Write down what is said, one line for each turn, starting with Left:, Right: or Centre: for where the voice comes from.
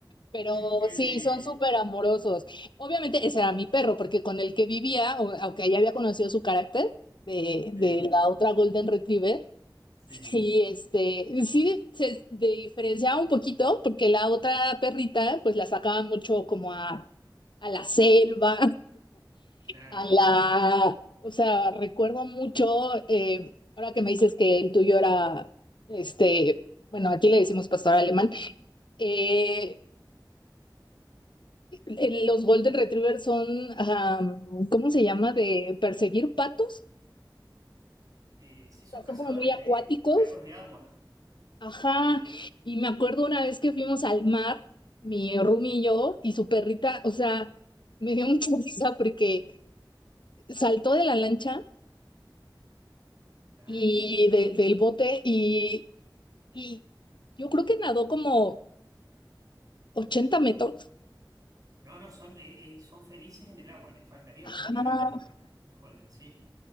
Left: Pero
Right: Qué
Left: sí,
Right: lindo.
Left: son súper amorosos. Obviamente ese era mi perro, porque con el que vivía, o- aunque ya había conocido su carácter de,
Right: Sí,
Left: de la otra Golden Retriever,
Right: sí,
Left: sí, este, sí de- se de- diferenciaba un poquito, porque la otra perrita, pues la sacaban mucho como a, a la selva,
Right: claro.
Left: a la, o sea, recuerdo mucho, eh, ahora que me dices que el tuyo era, este, bueno, aquí le decimos pastor alemán, Eh, el- Los Golden Retriever son, ajá, ¿cómo se llama? De perseguir patos.
Right: Eh, sí,
Left: O
Right: son
Left: sea,
Right: cazadores
Left: son como muy acuáticos.
Right: de perros de agua.
Left: Ajá. Y me acuerdo una vez que fuimos al mar, mi roomie y yo, y su perrita, o sea, me dio <laughs> mucha risa porque saltó de la lancha
Right: Claro.
Left: y de- del bote y, y yo creo que nadó como 80 metros.
Right: No, no, son, eh, eh, son felices en el agua. Les faltaría
Left: Ajá.
Right: respirar nomás los, los Golden, sí.